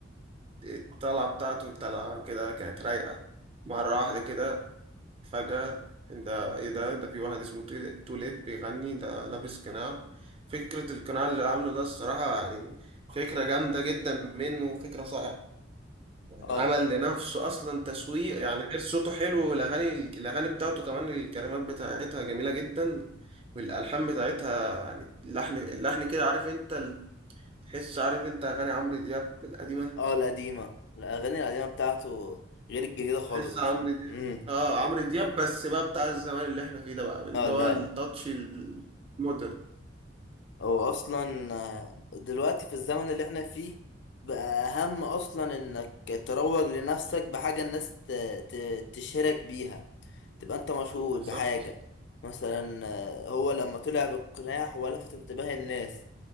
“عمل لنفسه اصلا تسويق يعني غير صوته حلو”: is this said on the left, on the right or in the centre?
Right